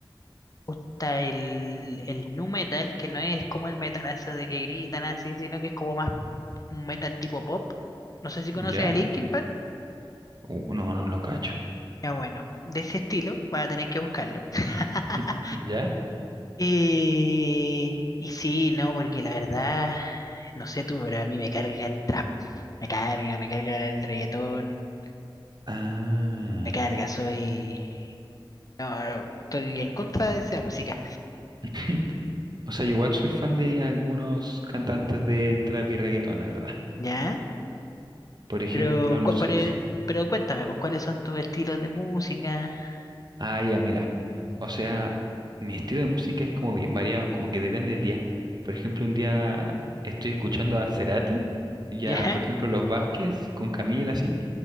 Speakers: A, on the left; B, on the right.
A: Me gusta el, el nu metal, que no es como el metalazo de que gritan así, sino que es como más un metal tipo pop. No sé si conoces
B: ¿Ya?
A: a Linkin Park.
B: Uh, no, no lo cacho.
A: Ya bueno, de ese estilo, voy a tener que buscarlo. <laughs>
B: <laughs> ¿Ya?
A: Eh, y sí, no, porque la verdad, no sé tú, pero a mí me carga el trap, me carga, me carga el reggaetón,
B: Ah.
A: me carga, soy... No, estoy en contra de esa música,
B: <laughs> O sea, yo igual soy fan de algunos cantantes de trap y reggaetón, la verdad.
A: ¿ya?
B: Por ejemplo,
A: Pero, cu-
B: no sé
A: pero,
B: si...
A: pero cuéntame, pues, ¿cuáles son tus estilos de música? <laughs>
B: Ah, ya, mira. O sea, mi estilo de música es como bien variado, como que depende del día. Por ejemplo, un día estoy escuchando a Cerati y
A: ¿Ya?
B: a, por ejemplo, Los Vázquez con Camila, así,